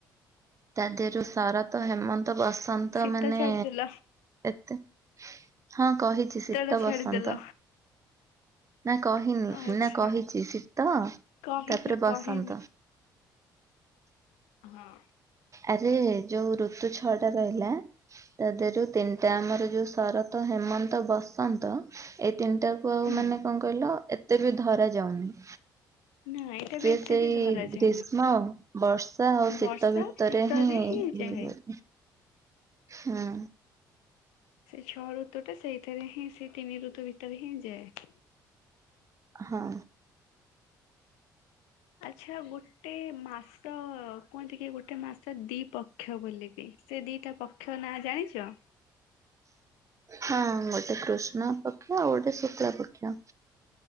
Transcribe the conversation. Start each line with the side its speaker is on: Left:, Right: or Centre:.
Right: ତା ଦେହରୁ ଶରତ ହେମନ୍ତ ବସ ନ୍ତ
Left: ଶୀତ
Right: ମାନେ
Left: ଛାଡିଦେଲ
Right: ଏତେ ହଁ କହିଚି ଶୀତ
Left: ଟା
Right: ବସନ୍ତ।
Left: ଛାଡିଦେଲ।
Right: ନା କହିନି
Left: ଆଚ୍ଛା
Right: ନା କହିଛି ଶୀତ ତାପରେ
Left: କହିନ
Right: ବସନ୍ତ।
Left: କହିନ ହଁ।
Right: ଆରେ ଯୋଉ ଋତୁ ଛଅଟା ରହିଲା ତା ଦେହରୁ ତିନିଟା ଆମର ଯୋଉ ଶର ତ ହେମନ୍ତ ବସନ୍ତ ଏଇ ତିନିଟାକୁ ଆଉ
Left: ହୁଁ।
Right: ମାନେ କଣ କଣ କହିଲ ଏତେ ବି ଧରା ଯାଉନି।
Left: ନା ଏଇଟା
Right: ସିଏ
Left: ବି ଏତେ
Right: ସେଇ
Left: ବି ଧରାଯାଏନି
Right: ଗ୍ରୀଷ୍ମ ବର୍ଷା ଆଉ ଶୀତ
Left: ବର୍ଷା
Right: ରେ ଭିତରେ
Left: ଶୀତରେ
Right: ହିଁ ଇଏ
Left: ଯାଏ।
Right: ହୁଏ ହୁଁ।
Left: ସେ ଛଅ ଋତୁ ଟା ସେଇଥିରେ ହିଁ ସେ ତିନି ଋତୁ ଭିତରେ ହିଁ ଯାଏ।
Right: ହଁ।
Left: ଆଚ୍ଛା ଗୋଟେ ମାସ କୁହନ୍ତି କି ଗୋଟେ ମାସ ଦି ପ ପକ୍ଷ ବୋଲିକି ସେ ଦୁଇଟା ପକ୍ଷ ନାଁ ଜାଣିଚ?
Right: ହଁ ଗୋଟେ କୃଷ୍ଣପକ୍ଷ ଆଉ ଗୋଟେ ଶୁକ୍ଲପକ୍ଷ।